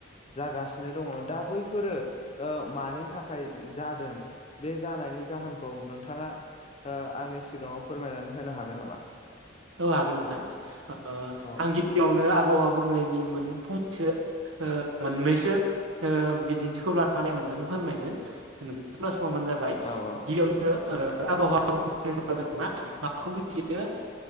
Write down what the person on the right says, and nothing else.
औ हागोन नोंथां ओ
आं गिबियावनो ओ आबहावा गुबुंलेनि मोन फंनैसो ओ मोननैसो ओ बिदिन्थिखौ लानानै आं नोंथांनो फोरमायगोन। <unintelligible> <unintelligible> जाबाय गिबियावनो
ओ आबहावा जों मा माबाखौ बुजियो